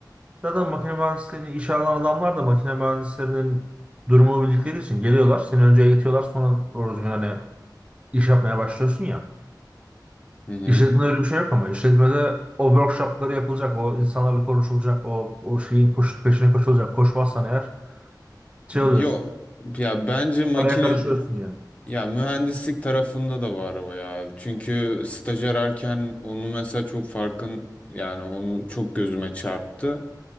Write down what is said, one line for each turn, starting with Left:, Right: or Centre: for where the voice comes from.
Right: Zaten makine mühendisliğini işe alan adamlar da makine mühendislerinin durumunu bildikleri için geliyorlar. Seni önce eğitiyorlar sonra doğru düzgün hani iş yapmaya başlıyorsun ya.
Left: Hı hı.
Right: İşletmede öyle bir şey yok ama işletmede o workshopları yapılacak, o insanlarla konuşulacak, o, o şeyin koş- peşine koşulacak. Koşmazsan eğer şey oluyorsun,
Left: Yok. Ya bence makine
Right: araya karışıyorsun yani.
Left: Ya mühendislik tarafında da var o ya. Çünkü staj ararken onu mesela çok farkın yani onu çok gözüme çarptı.